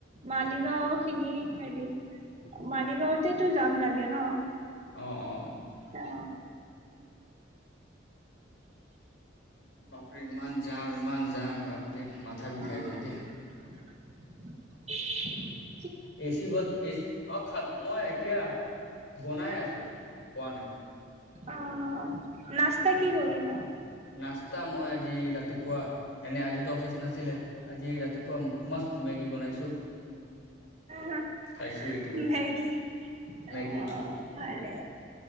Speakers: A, on the right; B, on the left.
A: মালিগাওঁ খিনি হেৰি মালিগাঁওতেটো জাম লাগে ন'
B: অ', অ'।
A: তা
B: বাপৰে ইমান জাম, ইমান জাম, বাপৰে মাথা বিষাই
A: অ'
B: যায় দেই
A: <unintelligible>
B: এ চি বাছ, এ অঁ, খাল, মই এতিয়া বনাই আছোঁ, খোৱা নাই।
A: অ', নাস্তা কি কৰিলা?
B: নাস্তা মই আজি ৰাতিপুৱা, এনে আজিতো অফিচ নাছিলে, আজি ৰাতিপুৱা মাষ্ট মেগী বনাইছো।
A: আহ
B: খাইছোঁ এ।
A: মেগী
B: মেগি
A: অ ভালে